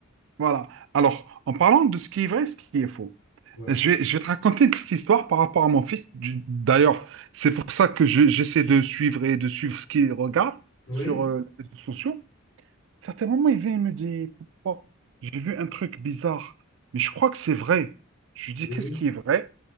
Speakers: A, on the right (about 65°); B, on the left (about 90°).
A: voilà. Alors, en parlant de ce qui est vrai, ce qui est faux.
B: Ouais.
A: Je vais, je vais te raconter une petite histoire par rapport à mon fils. Du- D'ailleurs, c'est pour ça que je- j'essaie de suivre et de suivre ce qu'il regarde
B: Oui,
A: sur euh, les réseaux sociaux. Certains moments, il vient et me dit, Papa, j'ai vu un truc bizarre, mais je crois que c'est vrai. Je lui dis,
B: oui,
A: qu'est-ce qui est vrai?